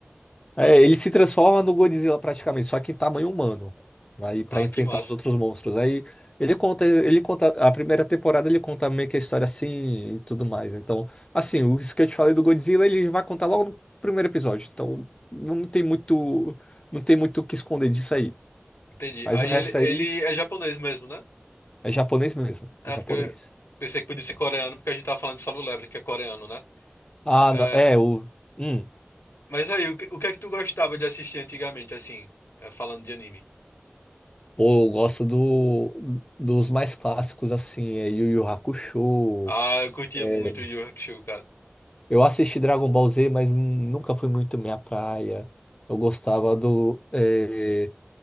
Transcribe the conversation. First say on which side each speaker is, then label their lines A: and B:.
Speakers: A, on the left; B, on the left.
A: É, ele se transforma no Godzilla praticamente, só que em tamanho humano. Aí para
B: ah,
A: enfrentar
B: que massa.
A: os outros monstros. Aí ele conta, ele conta a primeira temporada ele conta meio que a história assim e tudo mais. Então, assim, o isso que eu te falei do Godzilla, ele vai contar logo no primeiro episódio. Então, não tem muito, não tem muito o que esconder disso aí.
B: Entendi.
A: Mas
B: Aí
A: o resto
B: ele, ele
A: aí
B: é japonês mesmo, né?
A: é japonês mesmo,
B: É
A: é japonês.
B: porque pensei que podia ser coreano, porque a gente tava falando só no Leveling, que é coreano, né?
A: Ah,
B: É,
A: não, é o hum,
B: mas aí, o que, o que é que tu gostava de assistir antigamente, assim, é, falando de anime?
A: pô, eu gosto do, dos mais clássicos assim, é Yu Yu Hakusho.
B: Ah, eu curtia
A: é,
B: muito Yu Yu Hakusho,
A: Eu assisti Dragon Ball Z, mas nun- nunca foi muito minha praia. Eu gostava do eh,